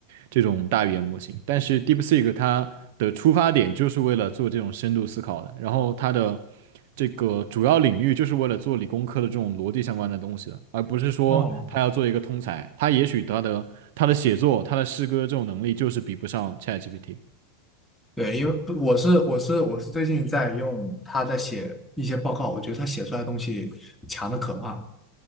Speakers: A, on the right; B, in the centre.
A: 这种大语言模型，但是 DeepSeek 它的出发点就是为了做这种深度思考的，然后它的这个主要领域就是为了做理工科的这种逻辑相关的东西的，而不是说它要做一个通才。
B: 哦，
A: 它也许它的它的写作、它的诗歌这种能力就是比不上 ChatGPT。
B: 对，因为我是我是我是最近在用他在写一些报告，我觉得他写出来的东西强的可怕，